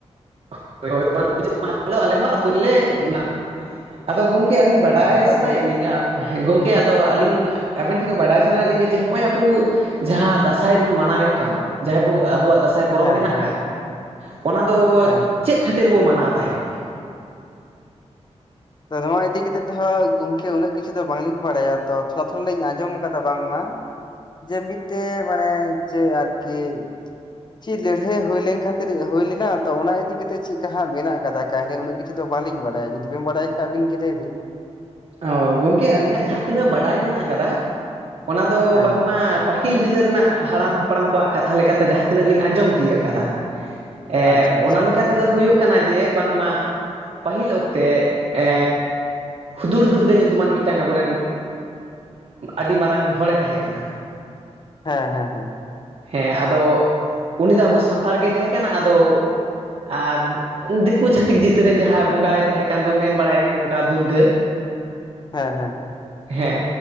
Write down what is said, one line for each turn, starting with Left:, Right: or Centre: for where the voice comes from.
Right: <unintelligible> ᱟᱞᱮ ᱦᱚᱸ ᱟᱹᱛᱩ ᱦᱚᱸ ᱨᱮᱞᱮ ᱫᱟᱬᱟ ᱟᱫᱚ ᱜᱚᱝᱠᱮ ᱟᱹᱞᱤᱧ ᱵᱟᱰᱟᱭ
Left: ᱦᱟᱸᱜ
Right: ᱥᱟᱱᱟᱭᱮᱫ
Left: ᱛᱟᱨ
Right: ᱞᱤᱧᱟᱹ ᱦᱮᱸ ᱜᱚᱝᱠᱮ ᱟᱫᱚ ᱟᱹᱞᱤᱧ ᱟᱵᱮᱱ ᱴᱷᱮᱱ ᱠᱷᱚᱱ ᱵᱟᱰᱟᱭ ᱥᱟᱱᱟᱭᱮᱫ ᱞᱤᱧᱟ ᱡᱮ ᱱᱚᱜᱼᱚᱭ ᱟᱵᱚ ᱡᱟᱦᱟᱸ ᱫᱟᱸᱥᱟᱭ ᱵᱚᱱ ᱢᱟᱱᱟᱣᱮᱫ ᱠᱟᱱ ᱡᱟᱦᱟᱸ ᱟᱵᱚ ᱟᱵᱚᱣᱟᱜ ᱫᱟᱸᱥᱟᱭ ᱯᱚᱨᱚᱵᱽ
Left: ᱦᱮᱸ
Right: ᱢᱮᱱᱟᱜ
Left: ᱦᱮᱸ
Right: ᱟᱠᱟᱫ
Left: ᱦᱮᱸ
Right: ᱚᱱᱟ ᱫᱚ
Left: ᱦᱮᱸ
Right: ᱪᱮᱫ ᱠᱷᱟᱹᱛᱤᱨ ᱵᱚ ᱢᱟᱱᱟᱣ ᱛᱟᱦᱮᱸᱫ?
Left: ᱛᱚ ᱱᱚᱣᱟ ᱤᱫᱤ ᱠᱟᱛᱮ ᱫᱚ ᱦᱟᱸᱜ ᱜᱚᱝᱠᱮ ᱩᱱᱟᱹᱜ ᱠᱤᱪᱷᱩ ᱫᱚ ᱵᱟᱝᱞᱤᱧ ᱵᱟᱲᱟᱭᱟ ᱛᱚ ᱛᱷᱚᱲᱟ ᱛᱷᱚᱲᱟ ᱞᱤᱧ ᱟᱸᱡᱚᱢ ᱠᱟᱫᱟ ᱵᱟᱝ ᱢᱟ ᱡᱮ ᱢᱤᱫᱴᱮᱡ ᱢᱟᱱᱮ ᱪᱮᱫ ᱟᱨᱠᱤ ᱪᱮᱫ ᱞᱟᱹᱲᱦᱟᱹᱭ ᱦᱩᱭ ᱞᱮᱱ ᱠᱷᱟᱹᱛᱤᱨ ᱦᱩᱭ ᱞᱮᱱᱟ ᱛᱚ ᱚᱱᱟ ᱤᱫᱤ ᱠᱟᱛᱮ ᱪᱮᱫᱼᱠᱟ ᱦᱟᱸᱜ ᱢᱮᱱᱟᱜ ᱟᱠᱟᱫᱟ ᱠᱟᱦᱱᱤ ᱩᱱᱟᱹᱜ ᱪᱮᱫ ᱦᱚᱸ ᱵᱟᱹᱞᱤᱧ ᱵᱟᱰᱟᱭ ᱡᱩᱫᱤ ᱵᱮᱱ ᱵᱟᱲᱟᱭ ᱠᱷᱟᱱ ᱟᱵᱤᱱ ᱜᱮ ᱞᱟᱹᱭ ᱵᱤᱱ
Right: ᱚ ᱜᱚᱝᱠᱮ ᱟᱹᱞᱤᱧᱟᱜ ᱡᱟᱦᱟᱸ ᱛᱤᱱᱟᱹᱜ ᱵᱟᱰᱟᱭ ᱢᱮᱱᱟᱜ ᱟᱠᱟᱫᱟ ᱚᱱᱟ ᱫᱚ
Left: ᱦᱮᱸ
Right: ᱵᱟᱝᱢᱟ ᱯᱟᱹᱦᱤᱞ ᱵᱤᱫᱟᱹᱞ ᱨᱮᱱᱟᱜ ᱦᱟᱲᱟᱢ ᱦᱟᱯᱲᱟᱢ ᱠᱚᱣᱟᱜ ᱠᱟᱛᱷᱟ ᱞᱮᱠᱟᱛᱮ ᱡᱟᱦᱟᱸ ᱛᱤᱱᱟᱹᱜ ᱞᱤᱧ ᱟᱸᱡᱚᱢ ᱛᱤᱭᱳᱟᱹᱜ ᱟᱠᱟᱫᱟ ᱮ
Left: ᱟᱪᱪᱷᱟ ᱟᱪᱪᱷᱟ
Right: ᱚᱱᱟ ᱞᱮᱠᱟ ᱛᱮᱫᱚ ᱦᱩᱭᱩᱜ ᱠᱟᱱᱟ ᱡᱮ ᱵᱟᱝᱢᱟ ᱯᱟᱹᱦᱤᱞ ᱚᱠᱛᱮ ᱮᱻ ᱦᱩᱫᱩᱲ ᱫᱩᱨᱜᱟᱹ ᱧᱩᱛᱩᱢᱟᱱ ᱢᱤᱫᱴᱟᱝ ᱟᱵᱚᱨᱮᱱ ᱟᱹᱰᱤ ᱢᱟᱨᱟᱝ ᱦᱚᱲᱮ ᱛᱟᱦᱮᱸ ᱠᱟᱱᱟ ᱾
Left: ᱦᱮᱸ ᱦᱮᱸ ᱦᱮᱸ ᱾
Right: ᱦᱮᱸ ᱟᱫᱚ ᱩᱱᱤ ᱫᱚ ᱟᱵᱚ ᱥᱟᱱᱛᱟᱲ ᱜᱮ ᱛᱟᱦᱮᱸ ᱠᱟᱱᱟ ᱟᱫᱚ ᱟᱨ ᱫᱤᱠᱩ ᱪᱷᱟᱹᱛᱤᱠ ᱡᱤᱛᱟᱹ ᱨᱮᱱ ᱡᱟᱦᱟᱸᱭ ᱵᱚᱸᱜᱟᱭ ᱛᱟᱦᱮᱸ ᱠᱟᱱ ᱫᱚ ᱢᱮᱱ ᱵᱟᱲᱟᱭᱟᱠᱚ ᱚᱱᱠᱟ ᱫᱩᱨᱜᱟᱹ
Left: ᱦᱮᱸ ᱦᱮᱸ ᱾
Right: ᱦᱮᱸ᱾